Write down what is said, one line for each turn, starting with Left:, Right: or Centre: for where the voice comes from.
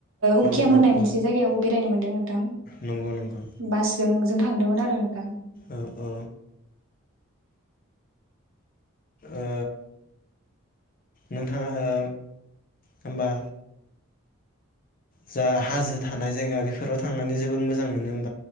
Right: उखियाम
Left: औ औ
Right: होननाय
Left: औ
Right: मोनसे जायगायाव बेरायनो मोनदों। नोंथां
Left: नंगौ नंगौ
Right: बासजों जों थांदोंमोन आरो नोंथां।
Left: औ औ ओ नोंथाङा ओ होमबा जा हाजो थानाय जायगा बेफोराव थांनानै जबोद मोजां मोनो होम